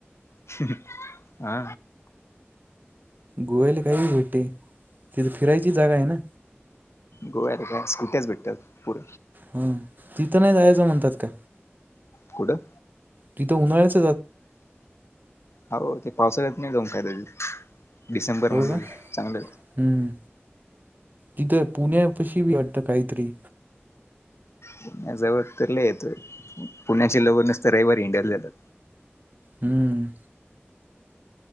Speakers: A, on the left (about 80°); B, on the right (about 45°).
A: <unintelligible> आ
B: गोवाल काही भेटते तिथे फिरायची जागा आहे ना
A: गोव्यात काय स्कुट्याच भेटत पुर
B: हं. तिथं नाइ जायचं म्हणतात ते.
A: कुडं?
B: तिथ उन्हाळ्याच
A: हा हो ते पावसाळ्यात नाही जाउन फायदा तिथं. डिसेंबरमधी
B: हो का
A: चांगलंय.
B: हम्म तिथं पुण्या पशी बी वाटत काइतरी.
A: पुण्या जवळ तर लय येत. पुण्याचे लवर नसत रविवारी हिंडायल जातात.
B: हं.